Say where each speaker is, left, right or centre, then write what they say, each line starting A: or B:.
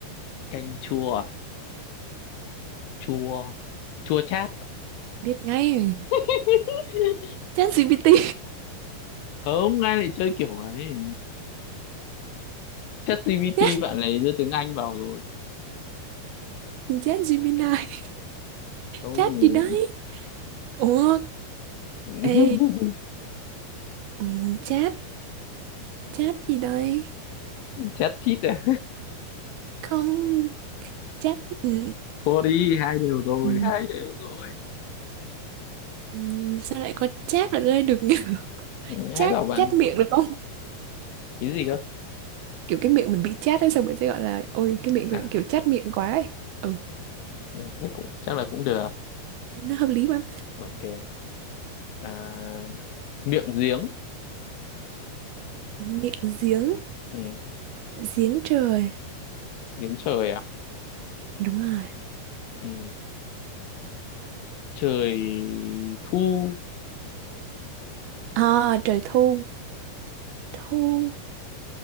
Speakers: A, on the left; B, on the right.
A: canh chua à? chua chua chát
B: biết ngay
A: <laughs>
B: chat GPT
A: không ai lại chơi kiểu ấy ChatGPT
B: <laughs> chat
A: bạn này đưa tiếng Anh vào rồi
B: chat Gemini
A: không
B: chat gì đấy Ủa,
A: <laughs>
B: ê, ừ, chat, chat gì đây?
A: chat chít à
B: Không, chat, ừ,
A: <laughs> thôi đi hai đều rồi
B: ừ,
A: hai đều rồi
B: ừ, sao lại có chat ở đây được nhỉ? <laughs>
A: Ừ,
B: Chat,
A: hãy bảo bạn
B: chat miệng được không?
A: cái gì cơ
B: Kiểu cái miệng mình bị chat ấy, xong mình sẽ gọi là, ôi, cái miệng
A: à
B: tôi kiểu chat miệng quá ấy. Ừ,
A: ừ, thế cũng chắc là cũng được
B: nó hợp lý mà.
A: ok à, miệng giếng
B: Miệng giếng,
A: ừ,
B: giếng trời,
A: giếng trời à
B: đúng rồi.
A: ừ, trời thu
B: À, trời thu, thu,